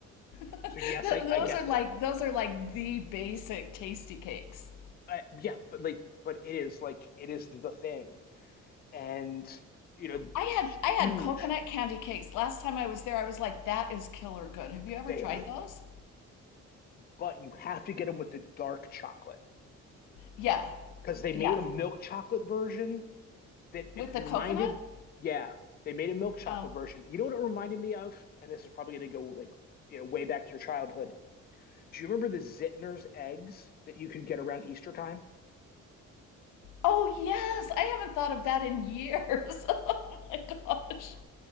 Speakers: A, on the left; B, on the left.
A: <laughs>
B: So yes,
A: Th-
B: I
A: Those
B: I get
A: are like
B: them.
A: those are like the basic tasty cakes.
B: I, yeah, but like, but it is like it is the thing. and you know,
A: I had I had
B: huge
A: coconut candy cakes. Last time I was there, I was like, that is killer good. Have you ever
B: they
A: tried
B: are.
A: those?
B: But you have to get them with the dark chocolate
A: Yeah.
B: because they made
A: Yeah.
B: a milk chocolate version that it
A: With
B: reminded.
A: the coconut?
B: Yeah, they made a milk chocolate
A: Oh.
B: version. You know what it reminded me of? And this is probably going to go like you know way back to your childhood. Do you remember the Zittner's eggs that you could get around Easter time?
A: Oh yes. I haven't thought of that in years. <laughs> Oh my gosh.